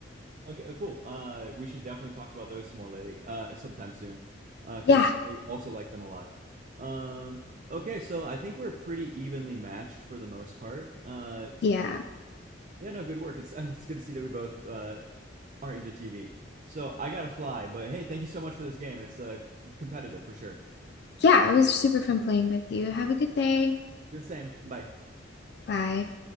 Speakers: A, on the right; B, on the left.
A: Okay, uh, cool. Uh, we should definitely talk about those some more lately, uh, sometime soon, Uh because
B: Yeah,
A: I also like them a lot. Um, okay, so I think we're pretty evenly matched for the most part. Uh,
B: yeah.
A: Yeah, no, good work. It's um, it's good to see that we both uh, are into TV. So I gotta fly, but hey, thank you so much for this game. It's uh, competitive for sure.
B: Yeah, it was super fun playing with you. Have a good day.
A: Do the same. Bye.
B: Bye.